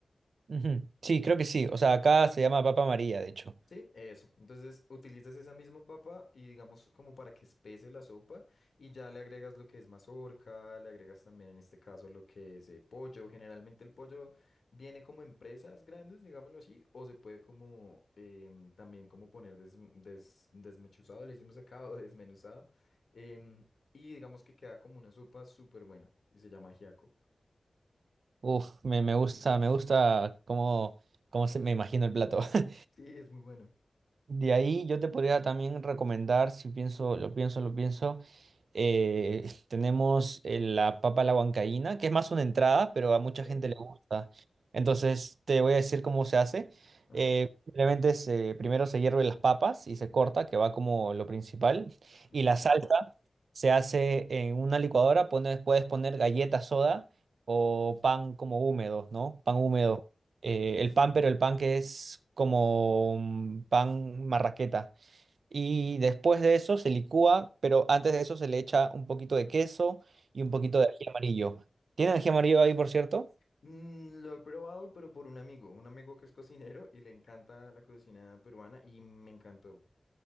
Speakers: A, on the right; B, on the left.
A: Ujú. Sí, creo que sí, o sea, acá se llama Papa María, de hecho.
B: Sí, eso. Entonces utilizas esa misma papa y digamos como para que espese la sopa y ya le agregas lo que es mazorca, le agregas también en este caso lo que es eh, pollo. Generalmente el pollo viene como en presas grandes, digámoslo así, o se puede como em, también como poner des, des- desmechuzado, le hicimos acá <laughs> o desmenuzado. em, y digamos que queda como una sopa súper buena y se llama ajiaco.
A: Uf, me, me gusta, me gusta cómo, cómo se, me imagino el plato. <laughs>
B: Sí, es muy bueno.
A: De ahí yo te podría también recomendar, si pienso, lo pienso, lo pienso, eh, <laughs> tenemos eh, la papa a la huancaína, que es más una entrada, pero a mucha
B: Ok,
A: gente le gusta. Entonces te voy a decir cómo se hace.
B: Ajá,
A: Eh, simplemente se- primero se hierven las papas y se corta, que va como lo principal.
B: ok,
A: Y la salsa se hace en una licuadora, pones- puedes poner galletas soda o pan como húmedo, ¿no? Pan húmedo eh, el pan, pero el pan que es como un pan marraqueta. Y después de eso se licúa, pero antes de eso se le echa un poquito de queso y un
B: ok.
A: poquito de ají amarillo. ¿Tiene ají amarillo ahí, por cierto?
B: Mm, lo he probado, pero por un amigo, un amigo que es cocinero y le encanta la cocina peruana y me encantó.